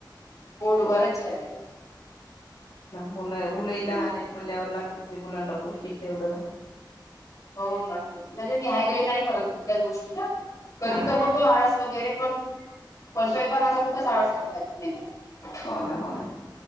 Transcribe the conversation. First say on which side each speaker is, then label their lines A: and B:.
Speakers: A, on the left; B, on the left.
A: पोट
B: हा
A: बारच जेवायला.
B: मु मुलंही
A: हम्म.
B: लहान आहेत म्हणल्यावर लागतच आहे, मुलांना पौष्टिक तेवढं.
A: हो नक्कीच म्हणजे मी ह्यायगळी नाही करत कुठल्याच गोष्टीला. कधी
B: हा हा
A: तर होतो, आळस वगैरे पण परशोयत <unintelligible> मगचा खूपच आळास करताय नाही मला
B: हो ना हो ना